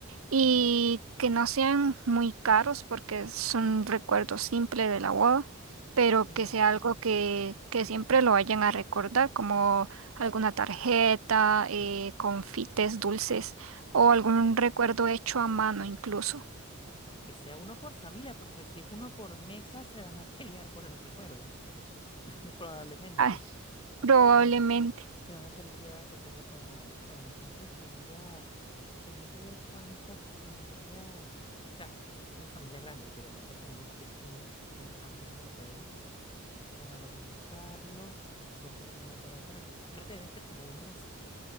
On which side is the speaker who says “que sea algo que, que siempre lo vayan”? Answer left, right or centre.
Right